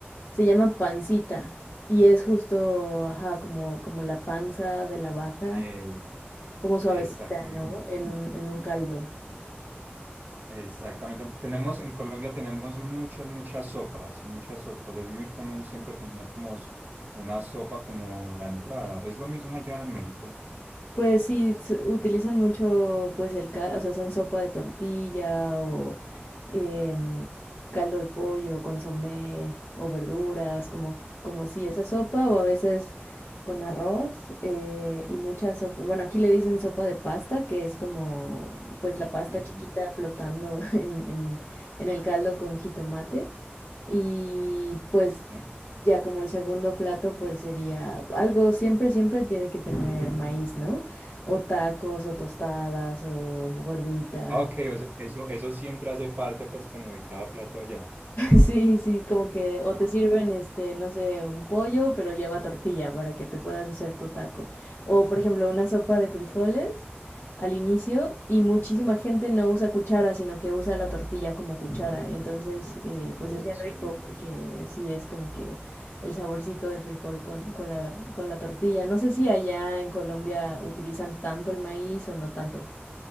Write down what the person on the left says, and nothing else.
se llama pancita y es justo, ajá, como, como la panza de la vaca,
como suavecita,
¿no? En un, en un caldo.
Pues sí, s- utilizan mucho pues el caldo, o sea, hacen sopa de tortilla o em, caldo de pollo, consomé o verduras, como, como si esa sopa o a veces con arroz eh, y mucha sopa, bueno, aquí le dicen sopa de pasta, que es como pues la pasta
chiquita flotando <laughs> en, en, en el caldo con jitomate y pues
ya como el segundo plato pues sería algo, siempre, siempre tiene que tener maíz, ¿no? o tacos o tostadas o gorditas.
<laughs>
Sí, sí, como que o
te sirven este, no sé, un pollo, pero lleva tortilla para que te puedas hacer tu taco. O por ejemplo, una sopa de frijoles al inicio y muchísima gente no usa cuchara, sino que usa la tortilla como cuchara. Y entonces, eh,
pues es bien
rico porque sí es como que el saborcito del frijol con, con la, con la tortilla. No sé si allá en Colombia utilizan tanto el maíz o no tanto.